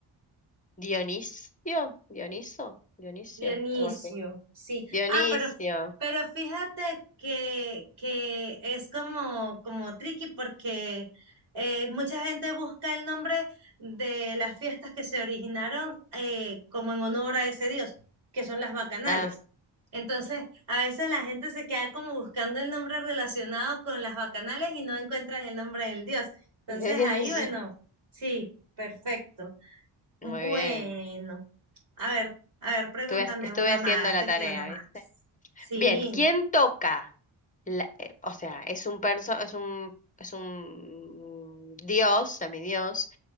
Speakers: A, on the left (about 15°); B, on the right (about 60°).
A: Dionisio, Dioniso, Dionisio,
B: Dionisio,
A: algo así.
B: sí.
A: Dionisio.
B: Ah, pero, pero fíjate que, que es como, como tricky porque eh, mucha gente busca el nombre de las fiestas que se originaron eh, como en honor a ese dios, que son las bacanales.
A: Ah,
B: Entonces, a veces la gente se queda como buscando el nombre relacionado con las bacanales y no encuentran el nombre del dios. Entonces,
A: <laughs> de Dionisio.
B: ahí, bueno, sí, perfecto. Bueno.
A: Muy bien.
B: A ver, a ver, pregúntame
A: Estuve, ha- estuve
B: una
A: haciendo
B: más,
A: la
B: yo
A: tarea,
B: quiero una más.
A: ¿viste?
B: Sí.
A: Bien, ¿quién toca? La- eh, o sea, es un perso, es un, es un dios, semidios